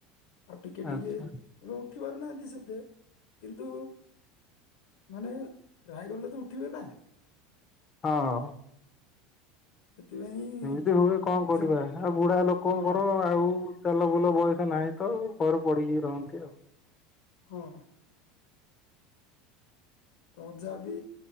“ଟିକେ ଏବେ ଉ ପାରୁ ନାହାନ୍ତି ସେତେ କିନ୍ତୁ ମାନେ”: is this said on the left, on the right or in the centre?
Left